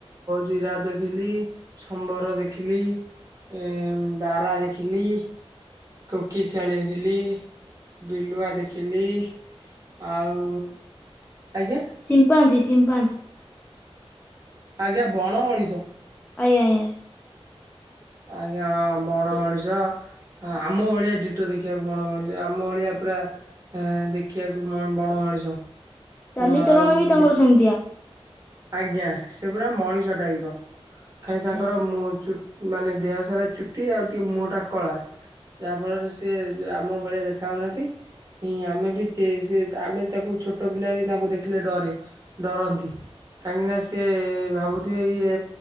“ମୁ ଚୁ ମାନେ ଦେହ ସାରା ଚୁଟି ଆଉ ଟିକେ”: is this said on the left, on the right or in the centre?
Right